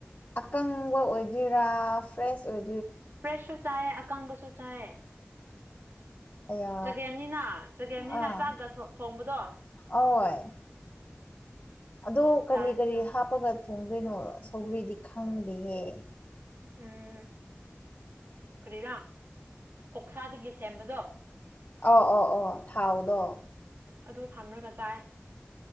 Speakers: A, on the left; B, on the right.
A: ꯑꯀꯪꯕ ꯑꯣꯏꯗꯣꯏꯔꯥ ꯐ꯭ꯔꯦꯁ ꯑꯣꯏ
B: ꯐ꯭ꯔꯦꯁꯁꯨ ꯆꯥꯏꯌꯦ ꯑꯀꯪꯕꯁꯨ ꯆꯥꯏꯑ‌ꯦ
A: ꯑꯌꯥ
B: ꯆꯒꯦꯝꯅꯤꯅ ꯆꯒꯦꯝꯅꯤꯅ
A: ꯑꯥ
B: ꯆꯥꯛꯒ ꯊꯣꯡꯕꯗꯣ
A: ꯑꯣꯏ ꯑꯗꯣ ꯀꯔꯤ
B: ꯆꯥꯏ
A: ꯀꯔꯤ ꯍꯥꯞꯄꯒ ꯊꯣꯡꯗꯣꯏꯅꯣ ꯁꯧꯒ꯭ꯔꯤꯗꯤ ꯈꯪꯗꯦꯍꯦ
B: ꯎꯝ ꯀꯔꯤꯔꯥ ꯑꯣꯛꯁꯥꯗꯒꯤ ꯁꯦꯝꯕꯗꯣ
A: ꯑ ꯑꯣ ꯑꯣ ꯊꯥꯎꯗꯣ
B: ꯑꯗ ꯊꯝꯂꯒ ꯆꯥꯏ